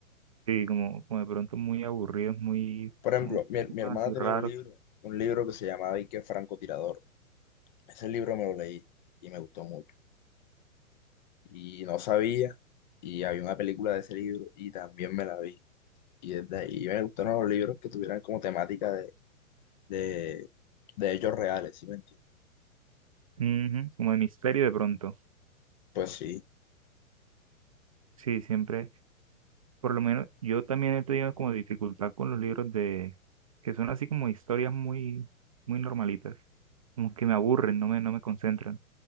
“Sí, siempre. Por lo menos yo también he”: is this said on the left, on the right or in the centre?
Right